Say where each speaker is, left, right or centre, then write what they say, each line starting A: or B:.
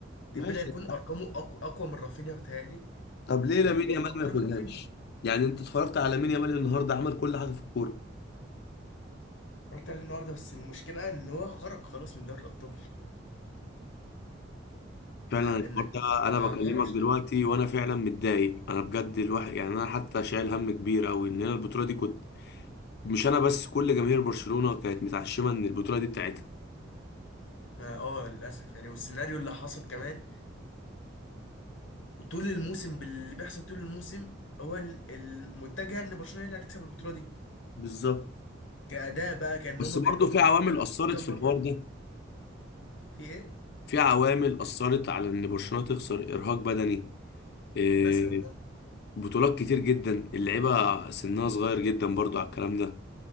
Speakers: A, on the left (about 75°); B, on the left (about 55°).
A: ديمبلي
B: ماشي
A: هيكون ارقامه اقوى اقوى من رافينيا بتهيألي
B: طب ليه
A: وبطولاته
B: لامين يامال
A: اكتر
B: ما ياخدهاش
A: من رافينيا
B: يعني انت اتفرجت على لامين يامال النهارده عمل كل حاجه في الكوره
A: رحت عليه النهارده بس المشكله ان هو خرج خلاص من دوري الابطال
B: فعلا
A: فانك
B: الحوار ده انا
A: ما
B: بكلمك
A: ما اعرفش
B: دلوقتي
A: بقى
B: وانا فعلا متضايق انا بجد الواحد يعني انا حتى شايل هم كبير قوي ان انا البطوله دي كنت مش انا بس كل جماهير برشلونه كانت متعشمه ان البطوله دي بتاعتها
A: ما اه للاسف يعني والسيناريو اللي حصل كمان وطول الموسم باللي بيحصل طول الموسم هو ال- المتجه ان برشلونه هي اللي هتكسب البطوله دي
B: بالظبط
A: كاداء بقى كان
B: بس
A: هما
B: برضه
A: بيرجعوا في
B: في
A: النتيجه
B: عوامل أثرت
A: كام
B: في
A: مره
B: الحوار
A: رجعوا
B: ده
A: في النتيجة. في ايه
B: في عوامل أثرت على إن برشلونة تخسر إرهاق بدني إيه،
A: مثلا اه
B: بطولات كتير جدا اللعيبة سنها صغير جدا برضه على الكلام ده